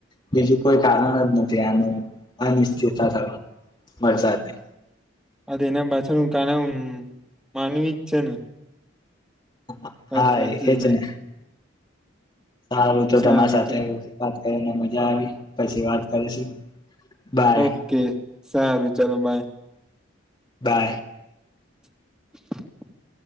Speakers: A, on the left (about 25°); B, in the centre.
A: બીજું કોઈ કારણ જ નથી આનું અનિશ્ચિતતા થવા વરસાને.
B: આ એના પાછળનું કારણ માનવી જ છે ને.
A: હ
B: વાત
A: હા
B: સાચી
A: એજ
B: છે
A: ને. સારું તો
B: સારું
A: તમારા સાથે
B: ચાલ
A: વાત કરીને મજા આવી પછી વાત કરીશું બાય.
B: ઓકે સારું ચાલો બાય
A: બાય.
B: <inaudible>